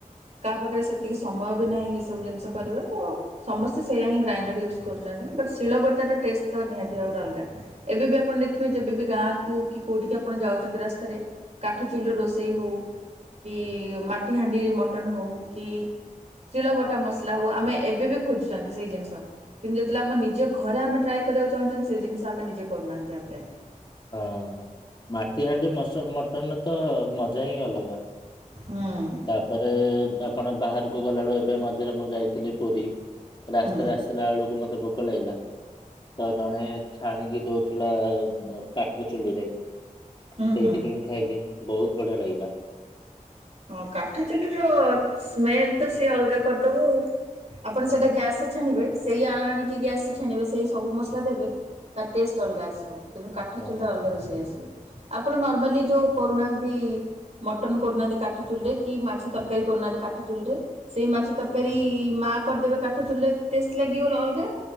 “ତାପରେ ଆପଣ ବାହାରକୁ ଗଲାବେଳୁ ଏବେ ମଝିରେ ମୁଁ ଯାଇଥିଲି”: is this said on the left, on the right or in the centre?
Left